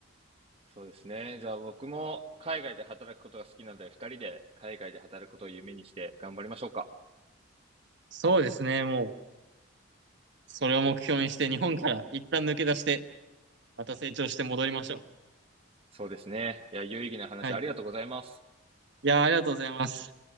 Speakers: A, on the right; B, on the right.
A: そうですね。じゃあ僕も海外で働くことが好きなので、二人で海外で働くことを夢にして頑張りましょうか。
B: そうですね、もう、それを目標にして日本から一旦抜け出して、また成長して戻りましょ
A: そうですね。いや、有意義な話ありがとうございます。
B: う。はい。いやー、ありがとうございます。